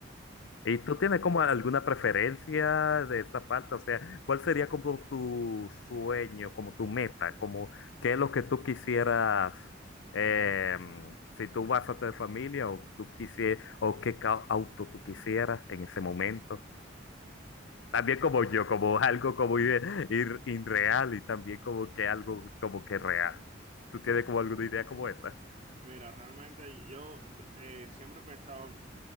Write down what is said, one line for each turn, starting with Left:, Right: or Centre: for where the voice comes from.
Left: ¿Y tú tienes como alguna preferencia de esa parte? O sea, ¿cuál sería como tu sueño, como tu meta, como qué es lo que tú quisieras, eh, si tú vas a tener familia o tú quisieras, o qué ca- auto tú quisieras en ese momento? También como yo, como algo como ir, ir irreal y también como que algo como que real. ¿Tú tienes como alguna idea como esa?
Right: Mira, realmente yo eh, siempre he pensado, o